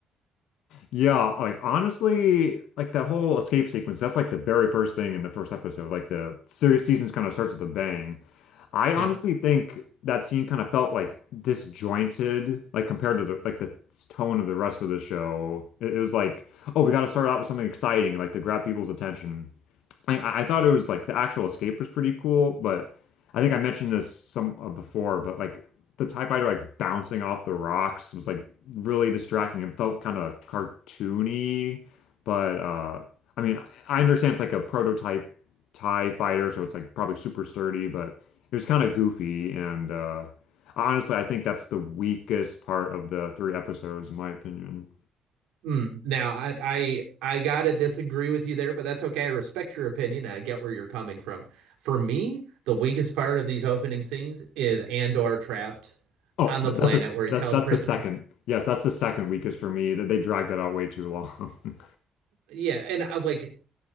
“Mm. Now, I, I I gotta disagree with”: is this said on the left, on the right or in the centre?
Right